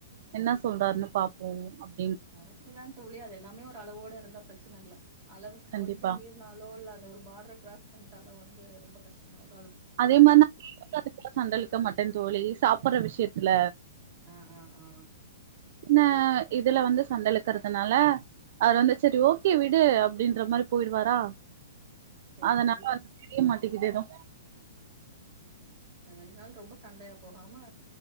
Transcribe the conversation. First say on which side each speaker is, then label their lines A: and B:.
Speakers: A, on the right; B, on the right.
A: என்ன சொல்றார்ன்னு பாப்போ அப்
B: கரெட்டு தா தோழி அதெல்லாமே ஒரு அளவோடருந்தாப் ப்ரச்சனல்ல அளவுக்கு
A: கண்டிப்பா
B: கொஞ்சம் மீருனாலோல்ல அந்த ஒரு பாட்ற க்ராஸ் பண்ட்டாலு வந்து ரொம்ப கஷ்டமாயுரூ
A: அதே மார் நா <inaudible> சண்டலுக்க மாட்டேன் தோழி சாப்புட்ற விஷ் யத்துல
B: ஆ ஆ ஆ
A: ன இதுல வந்து சண்டழுக்குறதுனால அவர் வந்து செரி ஓகே விடு அப்டின்ற மாரி போயிடுவாரா
B: சரி,
A: அதனால
B: சரி.
A: வந்து தெரிய மாட் டிக்கிது எதொ
B: அது வரைக்குனால் ரொம்ப சண்டையா போகாம